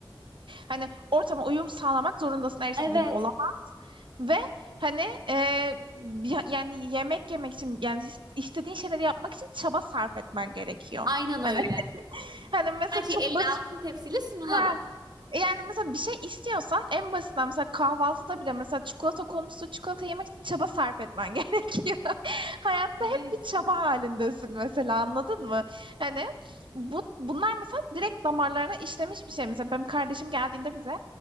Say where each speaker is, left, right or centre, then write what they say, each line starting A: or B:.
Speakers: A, on the right; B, on the right.
A: Hani ortama uyum sağlamak zorundasın her istediğin
B: Evet.
A: olamaz. Ve hani e, ya- yani yemek yemek için yani ist- istediğin şeyleri yapmak için çaba sarf etmen gerekiyor.
B: Aynen öyle.
A: Hani <laughs> hani mesela
B: Her şey
A: çok
B: eline
A: basit
B: altın tepsiyle sunulamaz.
A: Ha. Yani mesela bir şey istiyorsan en basitinden mesela kahvaltıda bile mesela çikolata konusunda çikolata yemek için çaba sarf etmen <laughs> gerekiyor. Hayatta
B: Evet.
A: hep bir çaba halindesin mesela anladın mı? Hani bu, bunlar mesela direkt damarlarına işlemiş bir şey. Mesela benim kardeşim geldiğinde bize